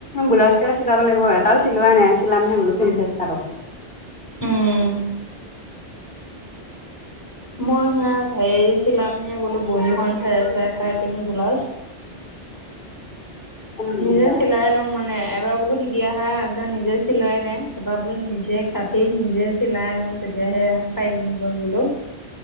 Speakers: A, on the left; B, on the left.
A: ব্লাউজ কেইটা চিলাব লাগিব বু এটাও চিলোৱাই নাই চিলাম সেই বোলো কিনধিছেছ আৰু।
B: উম। মই সেয়া হেৰিছিলাম সি বোলো বহীখন চাই আছে কাটিং ব্লাউজ।
A: <inaudible> তেওঁ
B: নিজে চিলাই লওঁ মানে এবাৰ বোলো শিকি অ আহা এ নিজে চিলাই নাই এবাৰ বোলো নিজে কাটি নিজে চিলাই লওঁ তে তেতিয়াহে পাৰিম গৈ বোলো।